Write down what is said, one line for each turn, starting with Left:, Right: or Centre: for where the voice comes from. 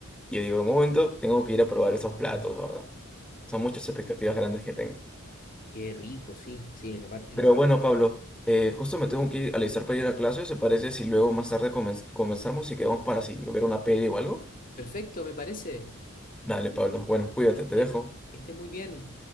Centre: Y yo digo, en un momento, tengo que ir a probar esos platos, ¿verdad? Son muchas expectativas grandes que tengo.
Left: Qué rico, sí, sí, la parte
Centre: Pero
Left: que...
Centre: bueno, Pablo, eh, justo me tengo que ir a alistar para ir a clase. ¿Se parece si luego más tarde comen- comenzamos y quedamos para si ver una peli o algo?
Left: Perfecto, me parece.
Centre: Dale, Pablo. Bueno, cuídate, te
Left: Eh,
Centre: dejo.
Left: Que esté muy bien.